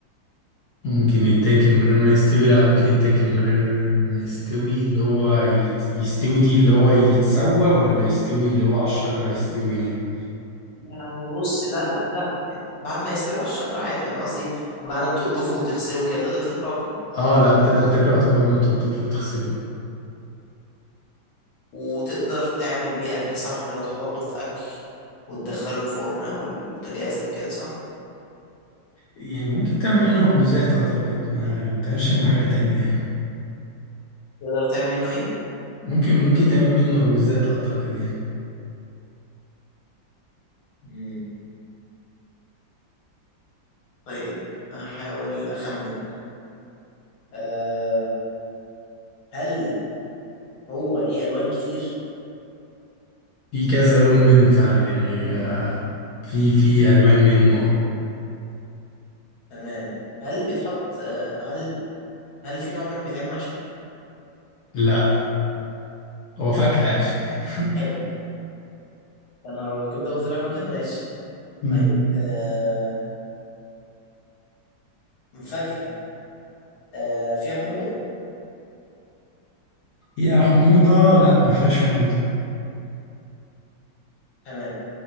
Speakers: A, on the left; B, on the left.
A: ممكن يتاكل من غير ما يستوي لا ممكن يتاكل من غير ما يستوي اللي هو يت... يستوي دي اللي هو يتسوى ولا يستوي اللي هو على الشجره يستوي يعني
B: يعني بص لا لا لا يعني بعد ما يستوي على الشجرة عادي انا قصدي بعد ما تقطفه وتغسله كده تقدر تاكله على طول
A: اه لا تقدر تاكله وتبقى من تقطفه وتغسله يعني
B: وتقدر تعمل بيه اكل صح لو تحطه في اكل وتدخله الفرن او البوتاجاز او كده صح
A: يعني ممكن تعمل منه مخبوزات اعتقد آه، ما بتعملش منه حاجة تانية
B: تقدر تعمل منه ايه
A: ممكن ممكن تعمل منه مخبوزات اعتقد يعني
B: مم. طيب احاول اخمن أه هل هو ليه الوان كتير
A: في كذا لون منه فعلا يعني آه، في في الوان منه آه.
B: تمام هل بيتحط أه هل هل في نوع منه بيتعمل محشي
A: لا هو فاكهة اكشلي يعني <laughs>
B: حلو يا نهار أبيض، كل ده وطلع فجأة ماشي
A: مم.
B: طيب آه فاكهة آه فيها حموضة
A: يا حموضة لا ما فيهاش حموضة
B: تمام